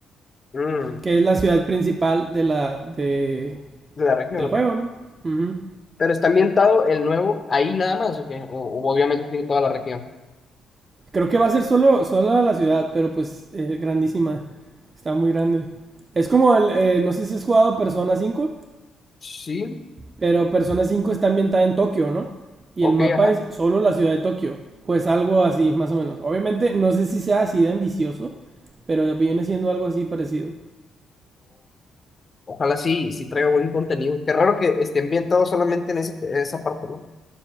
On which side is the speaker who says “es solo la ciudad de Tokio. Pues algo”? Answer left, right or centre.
Right